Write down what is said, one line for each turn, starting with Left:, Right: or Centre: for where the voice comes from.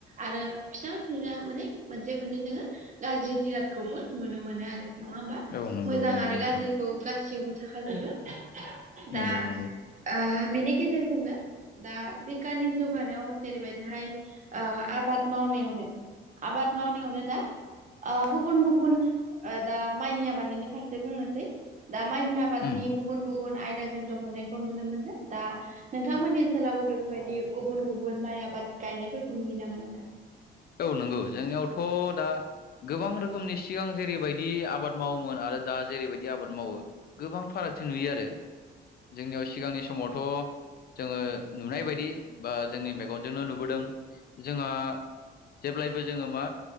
Right: आरो फिसा बिना माने मोनसे मोननै जोङो गाज्रि जिरादखौबो नुनो मोनो आरो। नङा होमबा
Left: औ नंगौ
Right: मोजां
Left: नंगौ
Right: आरो
Left: नोंथां
Right: गाज्रि खौ गासियावबो थाखाजोबो
Left: नंगौ
Right: दा
Left: नंगौ
Right: ओ बिनि गेजेरजोंनो दा बिगानि जौगानायाव जेरैबायदिहाय ओ आबाद मावनायावनो आबाद मावनायावनो दा आ गुबुन गुबुन ओ दा माइनि आबादनिनो फारसे बुंनोसै। दा माइनि आब बादनि
Left: उम
Right: गुबुन गुबुन आयदाजों दहननायखौ नुनो मोनदों। दा नोंथांमोननि ओनसोलावबो बेफोरबायदि गुबुन गुबुन माइ आबाद गायनायफोरखौ नुयो नामा नोंथां?
Left: औ नंगौ जोंनियावथ' दा गोबां रोखोमनि सिगां जेरैबायदि आबाद मावोमोन आरो दा जेरैबायदि आबाद मावो। गोबां फारागथि नुयो आरो जोंनियाव सिगांनि समावथ' जोङो नुनाय बायदि बा जोंनि मेगनजोंनो नुबोदों जोङा जेब्लायबो जोङो मा